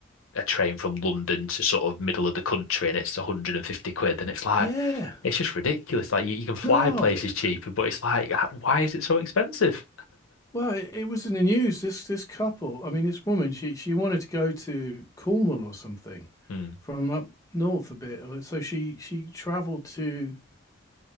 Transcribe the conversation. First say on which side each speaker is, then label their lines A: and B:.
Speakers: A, on the left; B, on the left.
A: a train from London to sort of middle of the country and it's 150 quid. And it's like,
B: Yeah.
A: it's just ridiculous. Like you, you can fly
B: No.
A: places
B: It,
A: cheaper, but it's like, why is it so expensive?
B: well, it, it was in the news. This this couple, I mean, this woman, she, she wanted to go to Cornwall or something
A: Hmm,
B: from up north a bit. uh, So she, she traveled to